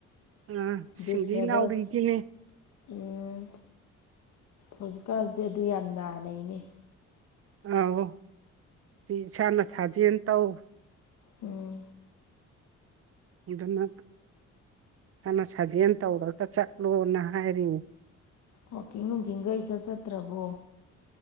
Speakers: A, on the right; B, on the left.
A: ꯎꯝ ꯁꯤꯡꯂꯤ
B: ꯗꯤꯁꯑꯦꯕꯜ
A: ꯅꯥꯎꯔꯤꯒꯤꯅꯦ
B: ꯎꯝ ꯍꯧꯖꯤꯛꯀꯥꯟꯁꯦ ꯑꯗꯨ ꯌꯥꯝ ꯅꯥꯅꯩꯅꯦ
A: ꯑꯣꯎ ꯏꯁꯥꯅ ꯁꯥꯖꯦꯟ ꯇꯧ
B: ꯎꯝ
A: ꯅꯥ ꯐꯅ ꯁꯥꯖꯦꯟ ꯇꯧꯔꯒ ꯆꯠꯂꯣꯅ ꯍꯥꯏꯔꯤ
B: ꯋꯥꯛꯀꯤꯡ ꯅꯨꯡꯀꯤꯡꯈꯒ ꯢꯆꯠ ꯆꯠꯇ꯭ꯔꯕꯣ